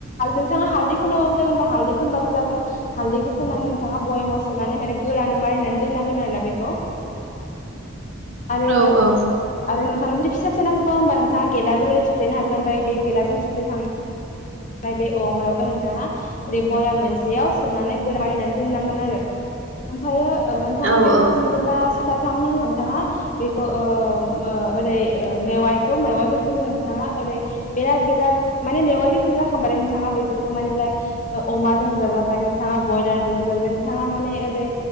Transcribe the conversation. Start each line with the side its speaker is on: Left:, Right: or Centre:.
Left: नोंथाङा हालदै फोनाबो जागोन बा हालदै फोनबाबो जागोन हालदैखौ फोननानै नोंथाङा बयामाव सोनानै माने गोरानै मारिनानै दोननांगोन आरोना बेखौ। आरो
Right: औ औ
Left: आरो नोंथांना जुदि फिसा फिसा नांगौबा होमबा नोंथाङा गेलाजों ओरै थुफ्लेनो हागोन ओमफाय बे गेलाजों थुफ्लेखां ओमफाय बे औ मायावबा नोंथाङा ओरै बयाम मोनसेयाव सोनानै गोरा मारिनानै दोननांगोन आरो। ओमफायो ओ नोंथाङा
Right: औ
Left: बेयाव
Right: औ
Left: मास मोनसे बा सथा थामनि नोंथाङा बेखौ ओ ओ ओरै मेवाइखौ मेवाइ गोखैखो नोंथाङा ओरै बिराद बेराद माने मेवाइ जाखांबाथाय नोंथाङा बेफोरखौ माने लाइक अमाजोंबो जाजाबाय नोंथाङा बयलारजोंबो जाजाबाय नोंथाङा माने ओरै